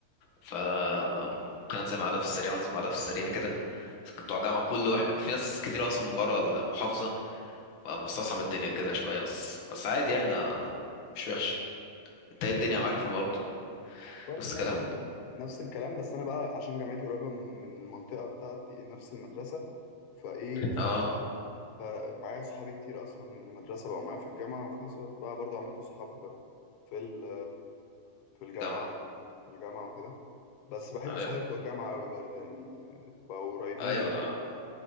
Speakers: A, on the left; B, on the left.
A: ف
B: طيب.
A: ممكن انزل مع ده في السريع وانزل مع ده في السريع كده كنت بتوع
B: لا
A: الجامعة كل واحد في ناس كتير اصلا من بره المحافظة فبستصعب الدنيا كده شوية بس بس عادي يعني ما مش وحش انت ايه الدنيا معاك في برضه
B: برضه
A: نفس الكلام
B: نفس الك... نفس الكلام بس انا بقى عشان جامعتي قريبة من المنطقة بتاعتي نفس المدرسة فايه ف
A: اه
B: فمعايا صحابي كتير اصلا من المدرسه بقوا معايا في الجامعه وفي نفس الوقت بقى برضو عملت صحاب في ال- في الجامعه
A: جامعة
B: في الجامعه وكده بس بحب
A: أي-
B: صحابي بتوع الجامعه قوي برضو يعني بقوا قريبين
A: أيوة
B: مني
A: أنا